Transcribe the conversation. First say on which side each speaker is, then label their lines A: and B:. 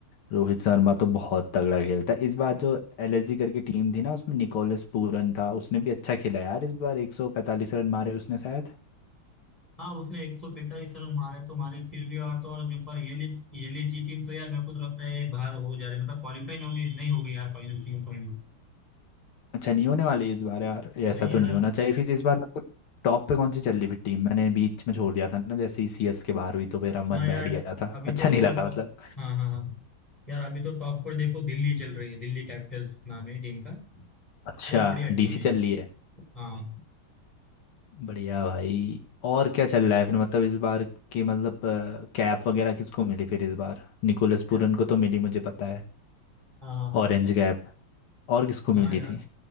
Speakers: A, on the left (about 85°); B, on the left (about 15°).
A: रोहित शर्मा तो बहुत तगड़ा खेलता है इस बार जो एलएसजी करके टीम थी ना उसमें निकोलस पूरन था उसने भी अच्छा खेला यार इस बार 145 रन मारे उसने शायद
B: हाँ उसने एक सौ पैंतालीस रन मारे तो मारे फिर भी और तो और जो पर ये लिस्ट ये लिस्ट जी टीम तो यार मेरे को तो लगता है बाहर हो जा रही मतलब क्वालिफाई नहीं होगी नहीं होगी यार फाइनल में।
A: अच्छा नहीं होने वाली इस बार यार ये ऐसा
B: नहीं
A: तो
B: यार
A: नहीं होना चाहिए फिर इस बार मतलब टॉप पे कौन सी चल रही फिर टीम मैंने बीच में छोड़ दिया था ना जैसे ही सीएस के बाहर हुई तो मेरा मन
B: हाँ यार
A: बैठ गया था
B: अभी
A: अच्छा
B: तो
A: नहीं लगा
B: टॉप
A: मतलब
B: हाँ हाँ हाँ यार अभी तो टॉप पर देखो दिल्ली चल रही है दिल्ली कैपिटल्स नाम है टीम का
A: अच्छा
B: बहुत बढ़िया
A: डीसी
B: टीम है
A: चल रही है
B: हाँ
A: बढ़िया भाई और क्या चल रहा है फिर मतलब इस बार की मतलब कैप वगैरह किसको मिली फिर इस बार निकोलस
B: यार
A: पूरन को तो मिली मुझे पता है
B: हाँ हाँ हाँ
A: ऑरेंज कैप और किसको मिली
B: हाँ यार
A: थी